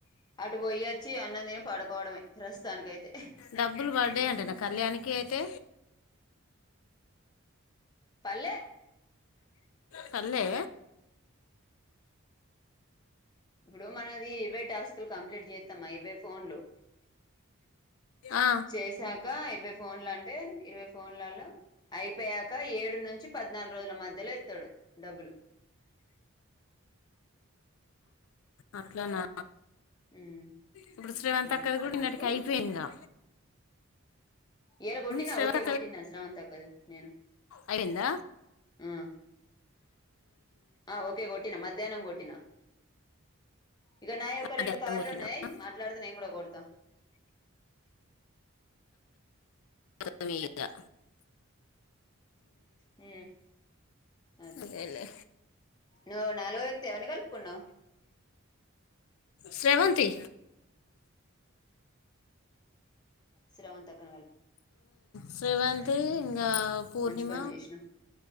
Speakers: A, on the left; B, on the left.
A: అటు పోయొచ్చి అన్నం తిని పడుకోవడమే ప్రస్తుతాని అైతే
B: డబ్బులు పడ్డాయి అంటే నా కళ్యాణికి అయితే
A: పల్
B: పల్లే
A: ఇప్పుడు మనది ఇరవై టాస్కులు కంప్లీట్ చేస్తామా ఇరవై ఫోన్లు
B: ఆ,
A: చెసాకా ఇరవై ఫోన్లు అంటే ఇరవై ఫోన్లలో అయిపోయా ఇక ఏడు నుంచి పద్నాలుగు రోజుల మధ్యలో ఇస్తాడు డబ్బులు
B: అట్లానా
A: ఉమ్
B: ఇప్పుడు శ్రీమంతా
A: ఉమ్
B: కద కూడా
A: అందుకు
B: నిన్నటికి అయిపోయి ఇంకా
A: ఎలా కొట్టినా
B: శ్రీవంత్
A: ఓకే కొట్టిన శ్రావణ త కదు నేను
B: అయ్యింద
A: ఆ ఆ ఓకే కొట్టినా మధ్యాహ్నం కొట్టినా ఇక నాయ ఒక
B: మధ్యాహ్నం
A: రెండు పాళ్లుు
B: కొట్టినవా
A: ఉన్నాయి మాట్లాడుతు నేం కూడా కొడతా
B: తమ ఇగా
A: హ అదే
B: అదేలే
A: నువ్వు నాలుగో వ్యక్తి అవని కలుపుకున్నావ్
B: శ్రవంతీ
A: శ్రవంతక్కన
B: శ్రవంతి ఇంకా పూర్ణిమ
A: మంచి పని చేసినావ్